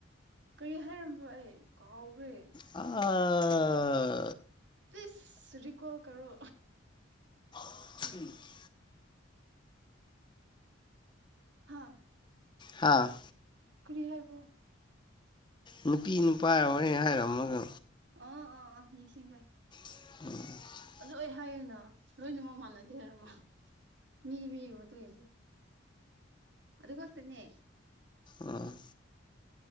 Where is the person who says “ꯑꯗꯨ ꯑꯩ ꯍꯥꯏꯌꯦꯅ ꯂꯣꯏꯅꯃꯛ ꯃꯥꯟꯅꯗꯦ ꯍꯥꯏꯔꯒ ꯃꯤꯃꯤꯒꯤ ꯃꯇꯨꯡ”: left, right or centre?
Right